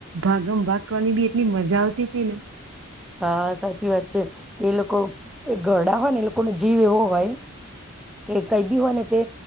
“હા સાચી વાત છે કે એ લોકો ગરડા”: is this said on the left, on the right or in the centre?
Centre